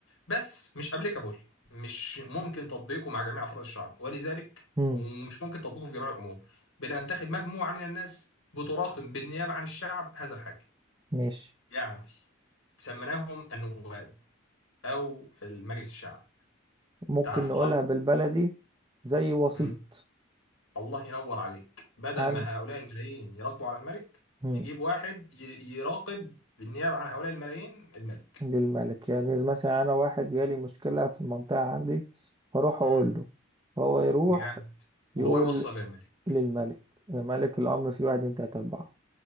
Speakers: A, on the left; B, on the right.
A: بس مش ابليكابل مش ممكن تطبيقه مع جميع افراد الشعب ولذلك
B: امم
A: ومش ممكن تطبيقه في جميع الامور بننتخب مجموعه من الناس بتراقب بالنيابه عن الشعب هذا الحاكم
B: ماشي
A: يعني سميناهم النواب او المجلس الشعب
B: ممكن
A: انت عارفه
B: نقولها
A: صح
B: بالبلدي زي وسيط
A: مم. الله ينور عليك بدل
B: عن
A: ما هؤلاء الملايين يراقبوا على الملك
B: امم
A: نجيب واحد ي- يراقب بالنيابة عن هؤلاء الملايين الملك
B: للملك يعني مثلا انا واحد جالي مشكلة في المنطقة عندي هروح
A: مم.
B: اقول له هو يروح
A: جامد وهو
B: يقول
A: يوصل للملك
B: للملك ملك الامر في واحد اتنين تلاتة اربعة